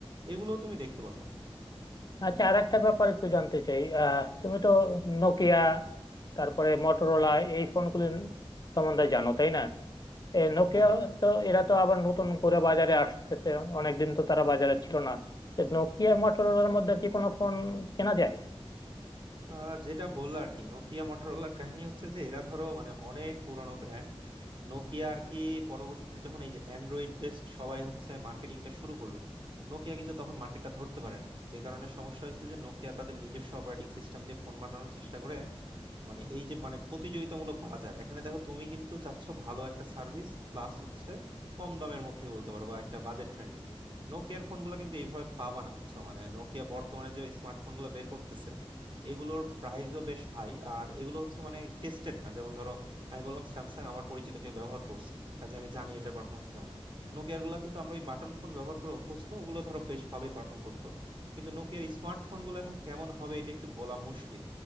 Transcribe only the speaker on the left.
আচ্ছা আর একটা ব্যাপার একটু জানতে চাই আহ তুমি তো নোকিয়া তারপরে মটোরোলা এই ফোনগুলির সম্বন্ধে জানো তাই না এই নোকিয়া
তো এরা তো আবার নতুন করে বাজারে আসতেছে অনেকদিন তো তারা বাজারে ছিল না তো নোকিয়া মটোরোলার মধ্যে কি কোনো ফোন কেনা যায়